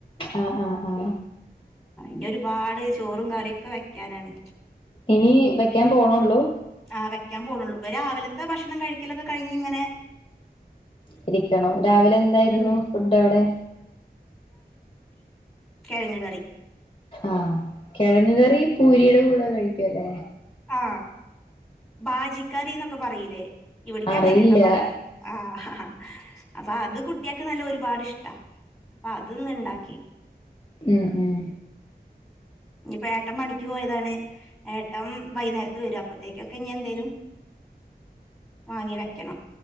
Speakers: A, on the left (about 30°); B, in the centre.
A: അ അ ആ
B: ന്നൊരുപാട് ചോറുംകറിയാെക്കെ വെക്കാനാണ്
A: ഇനി വെക്കാൻ പോണുള്ളൂ
B: ആ വെക്കാൻ പോണുള്ളൂ ഇപ്പൊ രാവിലെ ലത്തെ ഭക്ഷണം കഴിക്കലൊക്കെ കഴിഞ്ഞിങ്ങനെ
A: ഇരിക്കണോ രാവിലെന്തായിരുന്നു
B: ഉം
A: ഫുഡവ്ടെ
B: കെഴങ്ങ്കറി
A: ആ കെഴങ്ങ്കറി പൂരിടെ കൂടെ കഴിക്കലേ
B: ആ ബാജിക്കറിന്നൊക്കെ പറീലേ ഇവിടക്ക്
A: അറിയില്ല
B: അങ്ങനെട്ടൊ പറയ ആഹഹാ അതാ അത് കുട്ടികൾക്ക് നല്ലഒരുപാടിഷ്ടാ അപ്പൊ അത്ന്ന്ണ്ടാക്കി
A: ഉം ഉം
B: ഇഞ്ഞ്പ്പോ ഏട്ടം പണിക്കുപോയതാണ് ഏട്ടം വൈന്നേരത്ത് വരും അപ്പത്തേക്കും കഞ്ഞിയെന്തേലും വാങ്ങിവെക്കണം